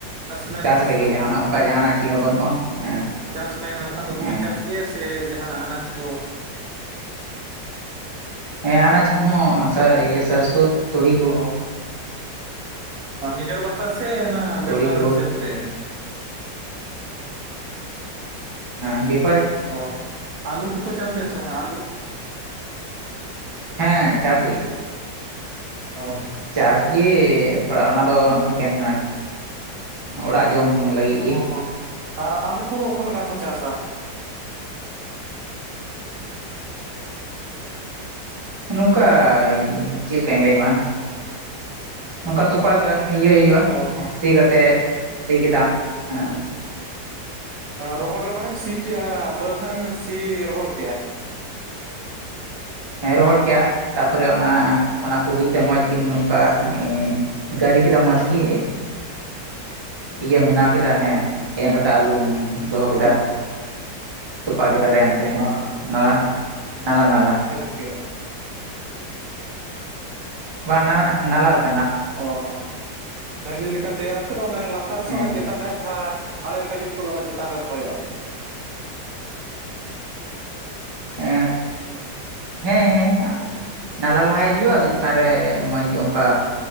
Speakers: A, on the right (about 70°); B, on the right (about 45°).
A: ᱢᱮᱱ
B: ᱪᱟᱥ ᱨᱮᱜᱮᱱᱟᱜ
A: ᱦᱚᱸ
B: ᱚᱱᱠᱟ ᱡᱟᱦᱟᱱᱟᱜ ᱪᱮᱫ ᱦᱚᱸ ᱵᱟᱹᱱᱩᱜᱼᱟ ᱦᱮᱸ
A: ᱪᱟᱥ ᱢᱮᱱ ᱞᱮᱠᱷᱟᱱ ᱫᱚ ᱦᱩᱲᱩ
B: ᱦᱮᱸ
A: ᱪᱟᱥ ᱜᱮ ᱥᱮ ᱡᱟᱦᱟᱱᱟᱜ ᱟᱱᱟᱡ ᱠᱚ
B: ᱦᱮᱸ ᱟᱱᱟᱡᱽ ᱠᱚᱦᱚᱸ ᱤᱭᱟᱹ ᱥᱟᱹᱨᱥᱳ ᱛᱩᱲᱤ ᱠᱚ
A: ᱚ ᱦᱚᱸ ᱱᱤᱡᱮᱨ ᱵᱟᱠᱷᱨᱟ ᱥᱮ ᱚᱱᱟ
B: ᱛᱩᱲᱤ
A: ᱵᱮᱯᱟᱨ
B: ᱠᱚ
A: ᱦᱤᱥᱟᱹᱵ ᱛᱮ
B: ᱮ
A: ᱚ ᱦᱚᱸ ᱟᱞᱩ ᱠᱚᱠᱚ ᱪᱟ ᱯᱷ ᱥᱜ ᱟᱞᱩ?
B: ᱦᱮᱸ ᱦᱮᱸ ᱪᱟᱥ ᱜᱮ
A: ᱚᱦ ᱦᱚ
B: ᱪᱟᱥ ᱜᱮ ᱛᱷᱚᱲᱟ ᱚᱱᱟ ᱫᱚ ᱮᱠᱮᱱ ᱚᱲᱟᱜ ᱡᱚᱢ ᱞᱟᱹᱜᱤᱫ
A: ᱚ
B: ᱜᱮ
A: ᱦᱚ ᱟᱨ ᱟᱞᱩ ᱠᱚᱫᱚ ᱚᱠᱟᱮᱠᱟ ᱠᱚ ᱪᱟᱥᱟ?
B: ᱟᱺ ᱱᱚᱝᱠᱟ ᱪᱮᱫ ᱞᱮᱠᱟᱧ ᱞᱟᱹᱭᱟᱢᱢᱟ? ᱱᱚᱝᱠᱟ ᱛᱚᱯᱟ ᱤᱭᱟᱹ ᱦᱩᱭᱩᱜᱼᱟ
A: ᱚ ᱦᱚᱸ
B: ᱥᱤ ᱠᱟᱛᱮ ᱥᱤ ᱠᱮᱫᱟᱢ ᱦᱮᱸ
A: ᱨᱚᱦᱚᱲ ᱨᱮ ᱢᱟᱱᱮᱢ ᱥᱤ ᱠᱮᱫᱮᱜᱼᱟ ᱵᱟᱹᱫ ᱦᱜ ᱮᱢ ᱥᱤ ᱨᱚᱦᱚᱲ ᱠᱼᱟ?
B: ᱦᱮᱸ ᱨᱚᱦᱚᱲ ᱠᱮᱭᱟ ᱛᱟᱨᱯᱚᱨᱮ ᱚᱱᱟ ᱚᱱᱟ ᱠᱩᱰᱤᱛᱮ ᱢᱚᱸᱡᱽ ᱜᱮᱢ ᱱᱚᱝᱠᱟ ᱮᱸ ᱜᱟᱹᱨᱤ ᱠᱮᱫᱟ ᱢᱚᱸᱡᱽ
A: ᱦᱩᱸ
B: ᱜᱮ
A: ᱦᱩᱸ
B: ᱤᱭᱟᱹ ᱵᱮᱱᱟᱣ ᱠᱮᱫᱟ ᱦᱮᱸ ᱮ ᱠᱟᱛᱮᱜ ᱟᱞᱩᱚᱢ ᱫᱚᱦᱚ ᱠᱮᱫᱟ
A: ᱦᱚᱸ
B: ᱛᱩᱯ
A: ᱚ
B: ᱜᱫ ᱟᱛᱮ
A: ᱦᱚᱸ
B: ᱦᱮᱸ
A: ᱟᱨ
B: ᱱᱟᱞᱟ ᱱᱟᱞ ᱱᱟᱞ
A: ᱦᱩᱭᱩᱜ-ᱟ
B: ᱱᱟᱞᱠ
A: ᱚ ᱦᱚᱸ ᱢᱮᱱᱤ ᱞᱮᱠᱟ ᱛᱮᱭᱟᱨᱟᱛ ᱚᱱᱟ ᱞᱟᱛᱟᱨ ᱨᱮᱥ
B: ᱦᱮᱸ
A: ᱪᱮᱛᱟᱱ ᱨᱮ ᱡᱟᱦᱟᱸ ᱟᱲᱮ ᱞᱮᱠᱟ ᱡᱩᱛ ᱠᱚᱫᱚ ᱚᱱᱟ ᱪᱮᱛᱟᱱ ᱨᱮ ᱨᱚᱦᱚᱭᱚᱜᱼᱟ
B: ᱦ ᱦᱮᱸ ᱦᱮᱸ ᱱᱟᱞᱟ ᱞᱟᱦᱟᱭ ᱦᱩᱭᱩᱜᱼᱟ ᱟᱫᱚ ᱪᱮᱛᱟᱱ ᱨᱮ ᱢᱚᱸᱡᱽ ᱜᱮ ᱚᱱᱠᱟ